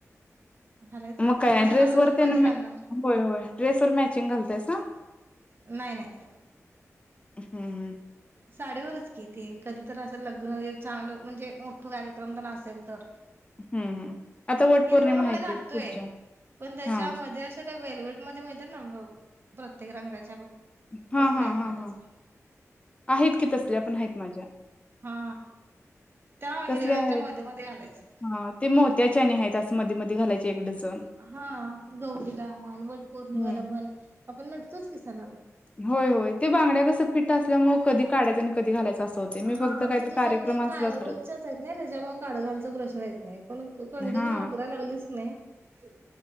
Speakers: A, on the right (about 45°); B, on the left (about 20°).
A: घालायचं
B: मग काय
A: आता
B: नाही ड्रेसवरर
A: घालणार तर
B: त्या
A: कधी घालणार
B: होय होय ड्रेसवरर मॅचिंग घालतायस सा!
A: नाही नाही.
B: हम् हम्,
A: साडीवरच की ती कधी तर असेल लग्न चांगलं म्हणजे मोठ कार्यक्रम तर असेल तर.
B: हम्म हम्म आता वट
A: हिरव्या
B: पौर्णिमा
A: बांगड्या
B: आहे की
A: घालतोय
B: पुढच्या
A: पण त्याच्यामध्ये
B: हा
A: आशा त्या वेलवट. मध्ये मिळतात ना प्रत्येक रंगाच्या बग
B: हा
A: तसल्या
B: हा
A: आहेत
B: हा
A: माझ्या
B: हा
A: जवळ.
B: आहेत की, तसल्या पण आहेत माझ्या.
A: हा त्या हिरव्यांच्या
B: तसल्या आहेत
A: मध्ये मध्ये घालायचं.
B: हा ते मोत्याच्या आणि आहेत अस मध्ये मध्ये घालायचे एक डझन.
A: हा गौरीला म्हण वट पौर्णिमेला
B: हम्म
A: म्हण आपण नटतोच की सनाला.
B: होय होय ते बांगड्या कसं फिट असल्यामुळे कधी काायं आणि कधी घालायचं. असं होते मी
A: हा
B: फक्त काहीतरी
A: ते तुझं
B: कार्यक्रम
A: ते काय
B: असला
A: रोजच्याच
B: तरच
A: आहेत ना त्याच्यामुळे काळ घायचा प्रश्न येत नाही. पण कंडे
B: हा
A: जर वापराय लागलीस की नाही